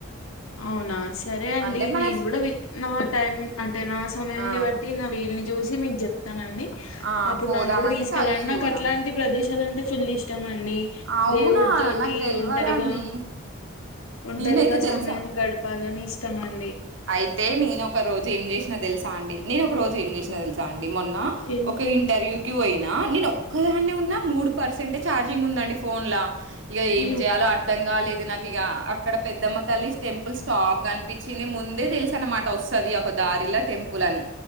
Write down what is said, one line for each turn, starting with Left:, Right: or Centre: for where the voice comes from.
Left: అవునా సరే అండి
Right: అంటే మన
Left: నేను
Right: స్
Left: కూడా వి నా టైమ్ అం అంటే నా సమయంని
Right: ఆ!
Left: బట్టి నా వీల్ని చూసి మీకు చెప్తానండి
Right: ఆ!
Left: అప్పుడు
Right: పోదామంటే
Left: నన్ను కూడా తీసుకెళ్ళండి
Right: కలిసి
Left: నాకు
Right: పోదాం.
Left: అట్లాంటి ప్రదేశాలు అంటే ఫుల్ ఇష్టం అండి
Right: అవునా
Left: దేవుడి తోటి
Right: నాక్ దెల్వదండి
Left: ఒంటరిగా ఒంటరిగా
Right: ననైతే దేల్సా
Left: సమయం గడపాలని ఇష్టం మండ్
Right: అయితే నేనోక రోజు ఏం జేసినా దెల్సా అండి నేను ఒక రోజు ఏం చేసినా దెల్సండ్ డి మొన్న
Left: ఏ-
Right: ఒక ఇంటర్వ్యూ క్యూ అయినా నేను ఒక్కదానే ఉన్నా మూడు పర్సెంటె ఛార్ ర్జింగ్ ఉందండి ఫోన్లా ఇగ
Left: అయ్యో
Right: ఏం జేయాలో అర్ధం లేదు నాకు ఇక అక్కడ పెద్దమ్మ తల్లి టెంపుల్ స్టాప్ కనిపించి ముందే తెలుస అనమాట వస్తుంది ఒక దారిలా టెంపుల్ అని